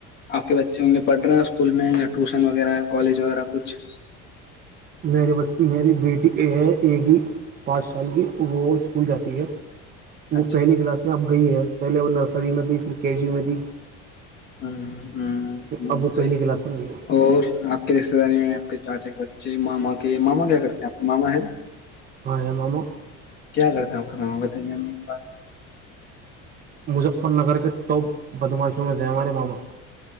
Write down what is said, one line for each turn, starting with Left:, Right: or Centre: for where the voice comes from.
Left: آپ کے بچے ہوں گے پڑھ رہے ہیں اسکول میں یا ٹیوشن وغیرہ کالج وغیرہ کچھ
Right: میرے میری بیٹی ہے ایک ہی پانچ سال کی وہ اسکول جاتی ہے وہ
Left: اچھا
Right: پہلی کلاس میں اب گئی ہے پہلے وہ نرسری میں تھی پھر کے جیو میں تھی
Left: ہ ہ ہ
Right: اب وہ
Left: سی
Right: پہلی کلاس میں گئی ہے
Left: اور آ رشتے داری میں آپ کے چاچے کے بچے ماما کے ماما کیا کرتے ہیں آپ کے ماما ہیں
Right: ہاں ہیں ماما
Left: کیا کرتا ہوں کہا بتائیں امی کی بات
Right: مجفر نگار کے ٹاپ بدماشوں میں سے ہے ہمارے ماما